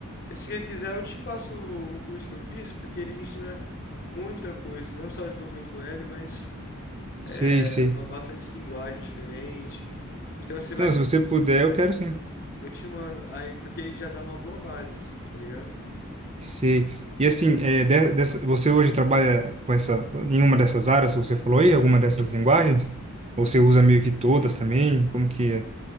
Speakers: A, on the left (about 45°); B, on the right (about 30°).
A: se você quiser eu te passo o o curso que eu fiz, porque ele ensina muita coisa, não só desenvolvimento web, mas
B: Sei,
A: é,
B: sei.
A: ba- bastante linguagem diferente. Então você vai,
B: Não, se você puder, eu quero sim.
A: eu te mando aí, porque ele já dá uma boa base, assim, tá ligado?
B: Sei. E assim, é, de- dessa, você hoje trabalha com essa, em uma dessas áreas que você falou aí, alguma dessas linguagens? Ou você usa meio que todas também? Como que é?